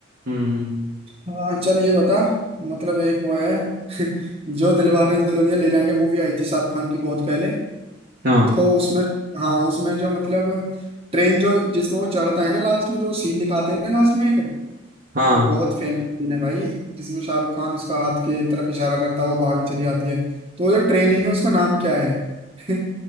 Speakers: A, on the right; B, on the right.
A: हम्म
B: हाँ चल ये बता मतलब एक वो है <laughs> जो दिलवाने दुल्हनिया ले जाएंगे मूवी आई थी शाहरुख खान की बहुत पहले
A: हाँ
B: तो उसमें हाँ उसमें जो मतलब ट्रेन जो जिसमें वो चढ़ता है ना लास्ट में जो सीन दिखाते हैं ना लास्ट में एक
A: हाँ
B: और बहुत फेमस सीन है भाई जिसमें शाहरुख खान उसका हाथ के तरफ इशारा करता है वो भागी चली आती है तो वो जो ट्रेन ही है उसका नाम क्या है <laughs>